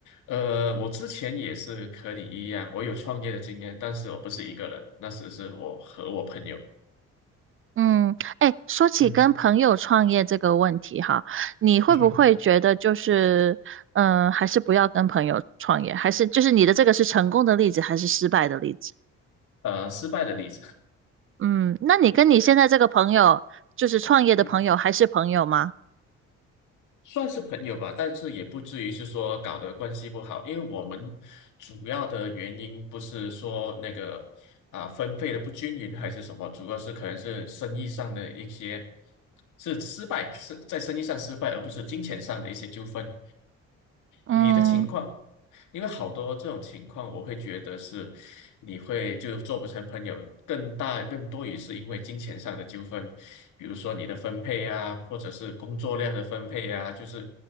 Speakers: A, on the left (about 80°); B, on the right (about 45°).
A: 呃，我之前也是和你一样，我有创业的经验，但是我不是一个人，那时是我和我朋友，
B: 嗯，哎，说起跟朋友创业这个问题哈，
A: 嗯
B: 你会不会觉得就是，
A: 嗯哼，
B: 嗯，还是不要跟朋友创业，还是就是你的这个是成功的例子还是失败的例子？
A: 呃，失败的例子，
B: 嗯，那你跟你现在这个朋友，就是创业的朋友，
A: <laughs> 嗯。
B: 还是朋友吗？
A: 算是朋友吧，但是也不至于是说搞得关系不好，因为我们主要的原因不是说那个啊分配的不均匀还是什么，主要是可能是生意上的一些是失败，是在生意上失败，而不是金钱上的一些纠纷。
B: 嗯，
A: 你的情况，因为好多这种情况，我会觉得是。你会就做不成朋友，更大更多也是因为金钱上的纠纷，比如说你的分配啊，或者是工作量的分配啊，就是